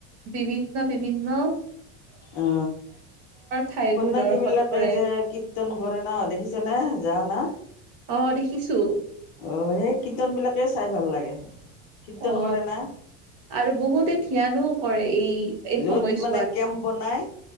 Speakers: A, on the right; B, on the left.
A: বিভিন্ন-বিভিন্ন
B: অ
A: ঠাইবোৰ
B: সৈন্যাখী
A: দৰ্শন
B: বিলাকে
A: কৰে
B: যে কীৰ্তন কৰে ন দেখিছে নে যাৱ না।
A: অ দেখিছোঁ।
B: অ সেই কীৰ্তন বিলাকে চাই ভাল লাগে। কীৰ্তন
A: অ
B: কৰে না।
A: আৰু বহুতে ধ্যানো কৰে এই এই
B: য'ত
A: সময়চোৱাত
B: মানে কেম্প বনাই